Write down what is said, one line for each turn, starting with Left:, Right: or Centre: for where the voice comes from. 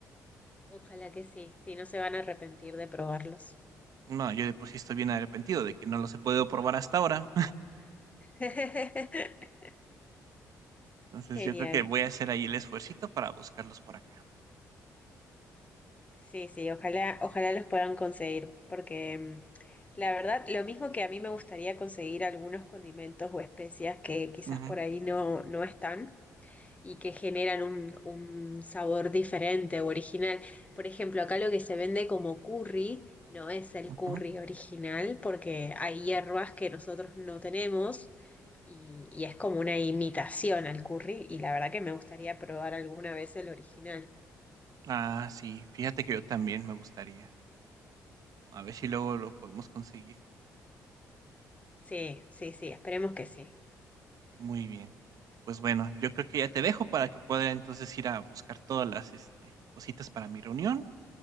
Left: Ojalá que sí, sí, no se van a arrepentir de probarlos.
Right: No, yo de por sí estoy bien arrepentido de que no los he podido probar hasta ahora.
Left: <laughs>
Right: Entonces,
Left: Genial.
Right: yo creo que voy a hacer ahí el esfuercito para buscarlos por acá.
Left: Sí, sí, ojalá, ojalá los puedan conseguir, porque mm, la verdad, lo mismo que a mí me gustaría conseguir algunos condimentos o especias que quizás
Right: Ujú,
Left: por ahí no, no están. y que generan un, un sabor diferente o original. Por ejemplo, acá lo que se vende como curry no es el
Right: ujú.
Left: curry original porque hay hierbas que nosotros no tenemos y, y es como una imitación al curry y la verdad que me gustaría probar alguna vez el original.
Right: Ah, sí, fíjate que yo también me gustaría. A ver si luego lo podemos conseguir.
Left: Sí, sí, sí, esperemos que sí.
Right: Muy bien. Pues bueno, yo creo que ya te dejo para que pueda entonces ir a buscar todas las este, cositas para mi reunión.